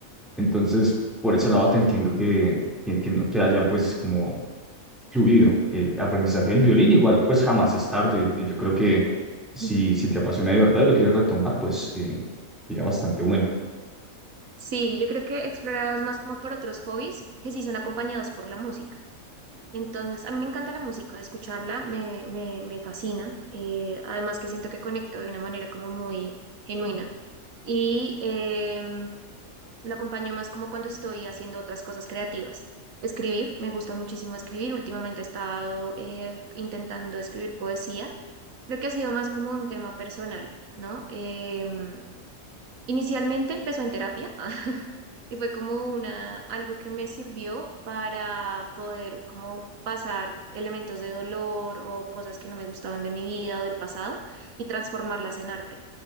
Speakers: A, in the centre; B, on the right (about 75°).
A: Entonces, por ese lado te entiendo que, que, que no te haya pues como fluido el aprendizaje del violín. Igual, pues jamás es tarde. Eh, Yo creo que si,
B: <laughs>
A: si te apasiona de verdad y lo quieres retomar, pues eh, sería bastante bueno.
B: Sí, yo creo que he explorado es más como por otros hobbies que sí son acompañados por la música. Entonces, a mí me encanta la música, escucharla me, me, me fascina. eh, además que siento que conecto de una manera como muy genuina. Y em, lo acompaño más como cuando estoy haciendo otras cosas creativas. Escribir, me gusta muchísimo escribir. Últimamente he estado eh, intentando escribir poesía. Creo que ha sido más como un tema personal, ¿no? Em, inicialmente empezó en terapia. <laughs> y fue como una, algo que me sirvió para poder como pasar elementos de dolor o cosas que no me gustaban de mi vida o del pasado y transformarlas en arte.